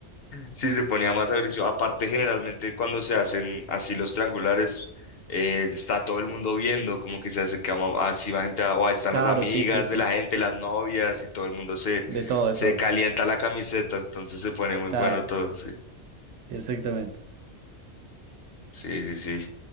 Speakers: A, on the left; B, on the right.
A: Sí, se ponía más agresivo. Aparte, generalmente cuando se hacen así los triangulares, eh, está todo el mundo viendo, como que se acerca ma- así la gente, a- o ahí están
B: Claro,
A: las amigas
B: sí, sí, sí,
A: de la gente, las novias, y todo el mundo se,
B: de todo, de
A: se
B: todo.
A: calienta la camiseta, entonces se pone muy
B: Claro,
A: bueno todo, sí.
B: exactamente.
A: Sí, sí, sí.